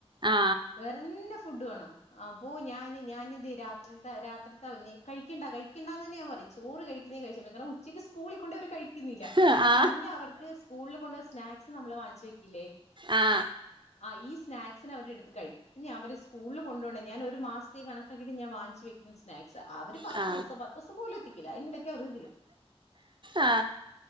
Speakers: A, on the right; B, on the left.
A: ആ
B: വേറെന്ന ഫുഡ് വേണം ആ പോ ഞാന് ഞാനെന്ന്ത് രാത്രിത്തെ രാത്രിത്ത കഴിക്കണ്ട കഴിക്കണ്ടാന്ന് തന്നെ ഞാൻ പറ ചോറ് കഴിക്കുന്നഴിച്ച കണംച്ചക്ക് സ്കളിൽണ്ട് അവ ന്നില്ല
A: ആ
B: പിന്നെ അവർക്ക് സ്കൂളിൽ കൊണ്ട് സ്നാക്സ് നമ്മള് വാങ്ങിച്ചു വെക്കില്ലേ
A: ആ
B: ആ ഈ സ്നാക്സിന് അവരെ എടുത്ത് കഴിക്കും പിന്ന ഞൻ പറ സ്കൂളിൽ കൊണ്ട ഞാൻ ഒരു മാസത്തെ കണക്കാക്കിട്ട്ഞാൻ വാങ്ങിച്ച് വചാ സ്നക്സ് പക്ഷ അവര് പത്ത്
A: ആ
B: ദിവസം പത്ത് ദിവസം പോലും എത്തിക്കില്ല അതിനിടക്ക് അവറുതി
A: ആ